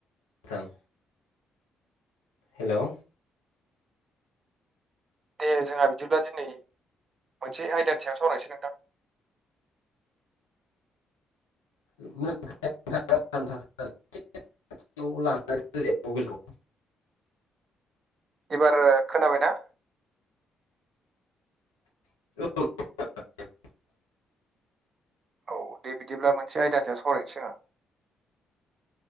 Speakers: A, on the left; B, on the right.
A: ओं हेलौ
B: दे जोंहा बिदिब्ला दिनै मोनसे आयदानि सायाव सावरायनोसै नोंथां
A: मोजां खोनायाखै नोंथां एसे <unintelligible> लालाय मबाइखौ
B: एबार खोनाबायना?
A: औ <unintelligible>
B: औ दे बिदिब्ला मोनसे आयदानि सायाव सरायनोसै आङो